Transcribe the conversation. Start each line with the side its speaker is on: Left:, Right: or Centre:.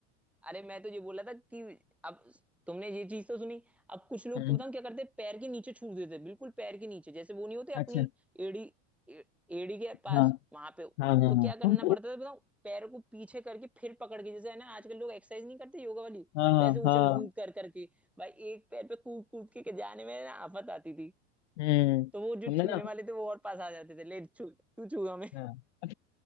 Centre: अरे मैं तो ये बोला था कि अब तुमने ये चीज तो सुनी अब कुछ लोग
Left: हम्म
Centre: क्या बताऊं क्या करते हैं पैर के नीचे छू देते हैं बिल्कुल पैर के नीचे जैसे वो नहीं होते
Left: अच्छा
Centre: अपनी एड़ी ए- एड़ी के पास
Left: हाँ
Centre: वहां पे
Left: हाँ हाँ
Centre: तो क्या
Left: हाँ
Centre: करना पड़ता था बताऊं पैर को पीछे करके फिर पकड़ के जैसे है ना आजकल लोग एक्सरसाइज नहीं करते योगा वाली
Left: हाँ हाँ
Centre: वैसे
Left: हाँ।
Centre: उछल कूद कर करके भाई एक पैर पे कूद कूद के जाने में ना आफत आती थी
Left: हम्म
Centre: तो वो जो
Left: हमने
Centre: छूने
Left: ना
Centre: वाले थे वो और पास आ जाते थे ले छू तू छू हमें
Left: हाँ <laughs>